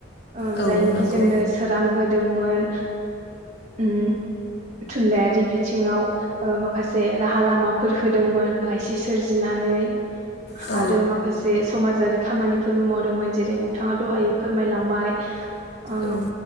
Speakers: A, on the right; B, on the left.
A: ओ
B: औ
A: जायनिखि
B: नंगौ
A: जोंनो सोरां हो होदोंमोन उम थुनलाइयारि बिथिंङाव। ओ माखासे राहा लामाफोर होदोंमोन लाइसि सोरजिनानै
B: औ
A: आरो माखासे समाजारि खामानिफोरबो मावदोंमोन जेरै नोंथाङा दहाय फोरमायलांबाय। ओ
B: औ